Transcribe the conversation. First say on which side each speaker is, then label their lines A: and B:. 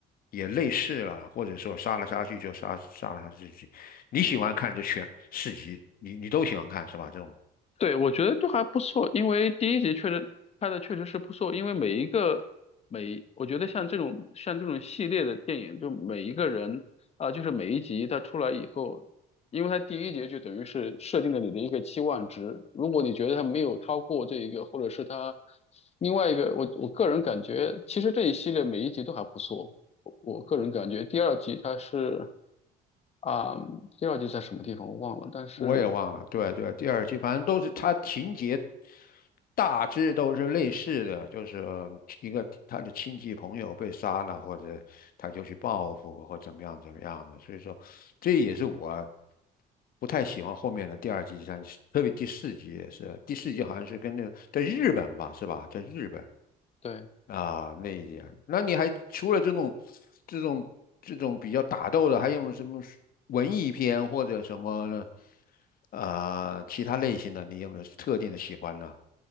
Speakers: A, on the left; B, on the left.
A: 也类似了，或者说杀来杀去就杀杀了他自己。你喜欢看这选四集，你你都喜欢看是吧？这种
B: 对，我觉得都还不错，因为第一集确实拍的确实是不错，因为每一个每，我觉得像这种像这种系列的电影，就每一个人啊、就是每一集它出来以后，因为它第一集就等于是设定了你的一个期望值，如果你觉得它没有超过这一个，或者是它另外一个，我我个人感觉，其实这一系列每一集都还不错，我我个人感觉第二集它是啊、第二集在什么地方我忘了，但是
A: 我也忘了，对对，第二集反正都是它情节大致都是类似的，就是一个他的亲戚朋友被杀了，或者他就去报复或怎么样怎么样的，所以说这也是我不太喜欢后面的第二季、第三季，特别第四集也是，第四集好像是跟那个在日本吧，是吧？在日本，
B: 对。
A: 啊，那一点，那你还除了这种、这种、这种比较打斗的，还有没有什么是文艺片或者什么呢？啊、其他类型的，你有没有特定的喜欢呢？